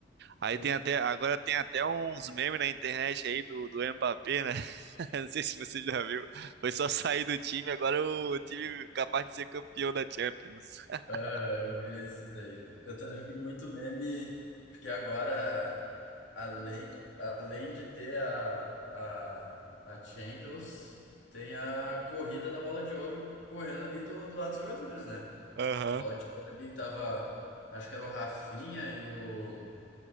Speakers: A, on the right; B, on the left.
A: Aí
B: Sim.
A: tem até, agora tem até uns memes na internet aí do, do Mbappé, né? <laughs> Não sei se você já viu. Foi só sair do time, agora o time é capaz de ser campeão da Champions. <laughs>
B: Ah, eu vi esses daí. Eu também vi muito meme, porque agora, além, além de ter a, a, a Champions, tem a corrida da Bola de Ouro correndo ali do, do lado dos jogadores, né?
A: Aham.
B: Bola de Ouro ali que tava, acho que era o Rafinha e o